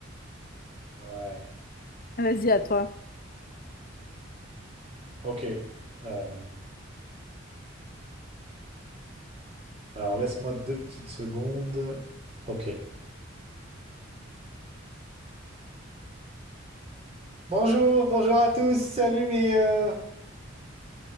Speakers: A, on the right (about 30°); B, on the left (about 45°).
A: Ouais.
B: Vas-y, à toi.
A: Ok. Euh, alors laisse-moi deux petites secondes. Ok. Bonjour, bonjour à tous. Salut mes. euh,